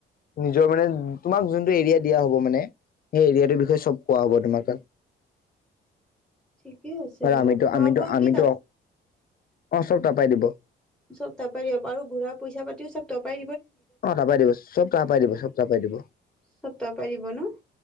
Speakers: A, on the left (about 45°); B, in the centre.
A: নিজৰ মানে তোমাক যোনটো এৰিয়া দিয়া হব মানে সেই এৰিয়াটোৰ বিষয়ে চব কোৱা হব তোমাক তাত।
B: ঠিকেই আছে
A: ধৰা
B: বাৰু
A: আমিতো
B: খোৱা
A: আমিতো
B: বোৱা
A: আমিতো
B: কি তাত
A: অ চব তাৰপাই দিব
B: চব তাৰপাৰাই দিব আৰু ঘূৰা পইচা পাতিও চব ত পাই
A: অ তাৰপাই দিব চব তাৰপাই দিব চব তাৰপাই দিব।
B: চব তাৰপৰাই দিব ন